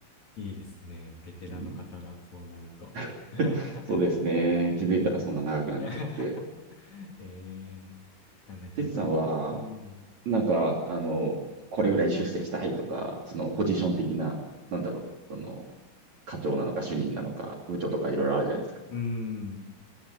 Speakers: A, on the left; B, on the right.
A: いいですね。ベテランの方だ。
B: うん
A: そうなると。
B: <laughs>
A: <laughs>
B: そうですね。気づいたらそんな長くなっちゃって。
A: うん。<laughs> えー、なんか自分、
B: テツさんは、
A: うん。
B: なんか、あの、これぐらい出世したいとか、そのポジション的な、なんだろう、その、課長なのか主任なのか部長とかいろいろあるじゃないですか。
A: うん。